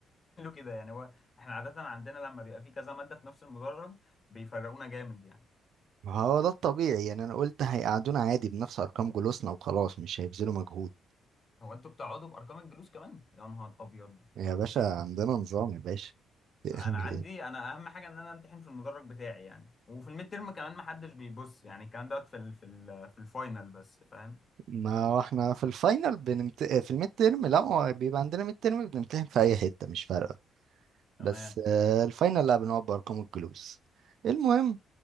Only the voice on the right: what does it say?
ما هو ده الطبيعي يعني انا قلت هيقعدونا عادي بنفس ارقام جلوسنا وخلاص مش هيبذلوا مجهود
يا باشا عندنا نظام يا باشا <laughs>
ما هو احنا في الفاينل بنمت... آه، في الميد تيرم لا هو بيبقى عندنا ميد تيرم بنمتحن في اي حته مش فارقه بس
آه، الفاينل لا بنقعد بارقام الجلوس المهم